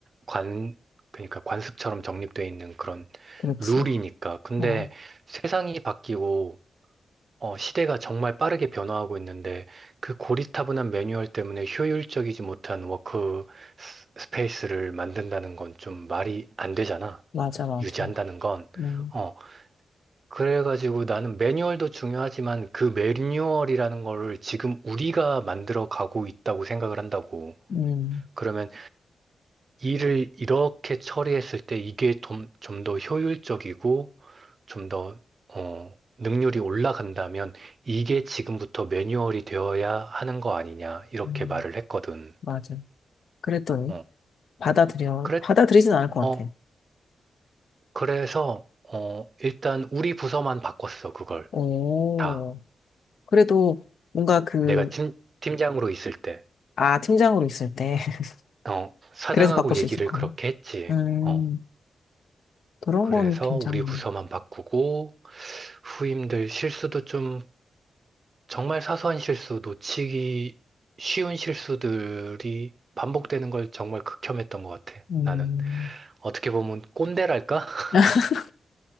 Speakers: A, on the right; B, on the left.
A: 관, 그러니까 관습처럼 정립되어 있는 그런
B: 그렇지.
A: 룰이니까. 근데
B: 아,
A: 세상이 바뀌고, 어, 시대가 정말 빠르게 변화하고 있는데, 그 고리타분한 매뉴얼 때문에 효율적이지 못한 워크 스- 스페이스를 만든다는 건 좀 말이 안 되잖아.
B: 맞아, 맞아.
A: 유지한다는 건.
B: 음,
A: 어, 그래가지고 나는 매뉴얼도 중요하지만 그 매뉴얼이라는 거를 지금 우리가 만들어 가고 있다고 생각을 한다고.
B: 음,
A: 그러면 일을 이렇게 처리했을 때 이게 좀, 좀 더 효율적이고 좀 더, 어, 능률이 올라간다면 이게 지금부터 매뉴얼이 되어야 하는 거 아니냐, 이렇게
B: 음,
A: 말을 했거든.
B: 맞아. 그랬더니,
A: 어,
B: 받아들여,
A: 그래,
B: 받아들이진 않을 것
A: 어,
B: 같아.
A: 그래서, 어, 일단 우리 부서만 바꿨어, 그걸.
B: 오,
A: 다.
B: 그래도 뭔가 그,
A: 내가 팀, 팀장으로 있을 때.
B: 아, 팀장으로 있을 때, <laughs>
A: 어, 사장하고
B: 그래서 바꿀
A: 얘기를
B: 수 있었구나.
A: 그렇게 했지.
B: 음,
A: 어,
B: 그런
A: 그래서
B: 건 괜찮네.
A: 우리 부서만 바꾸고 후임들 실수도 좀 정말 사소한 실수, 놓치기 쉬운 실수들이 반복되는 걸 정말 극혐했던 것 같아.
B: 음.
A: 나는 어떻게 보면 꼰대랄까? <laughs>
B: <laughs>